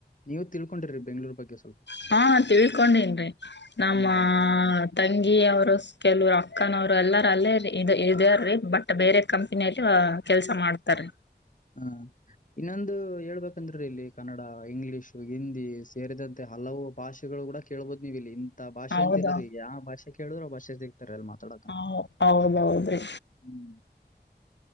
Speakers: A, on the left; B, on the left.
A: ನೀವು ತಿಳ್ಕೊಂಡಿರಿ ಬೆಂಗಳೂರು ಬಗ್ಗೆ ಸ್ವಲ್ಪ.
B: ಹಾ ತಿಳ್ಕೊಂಡನ್ ರಿ ನಮ್ಮ
A: ಹ್ಮ್
B: ತಂಗಿ ಅವರು ಕೆಲವರು ಅವರು ಎಲ್ಲಾರ ಅಲ್ಲೇ ಇದ್ಯಾರೀ ಬಟ್ ಬೇರೆ ಕಂಪನಿಯಲ್ಲಿ ಕೆಲ್ಸ ಮಾಡ್ತಾರಿ.
A: ಹಾ ಇನ್ನೊಂದು ಹೇಳ್ಬೇಕಂದ್ರ ರಿ ಇಲ್ಲಿ ಕನ್ನಡ ಇಂಗ್ಲಿಷ್ ಹಿಂದಿ ಸೇರಿದಂತೆ ಹಲವು ಭಾಷೆಗಳು ಕೂಡ ಕೇಳ್ಬೋದು ನೀವಿಲ್ಲಿ ಇನ್ ತ ಭಾಷೆ
B: ಹೌದಾ
A: ಅಂತಿಲ್ಲ ರೀ ಯಾ ಭಾಷೆ ಕೆ ಹೇಳಿದ್ರೊ ಭಾಷತಿ ರ ಎಲ್ಲಿ ಮಾತಾಡಕ್ಕ
B: ಹೌ- ಹೌದೌದ್ರಿ
A: ಹ್ಮ್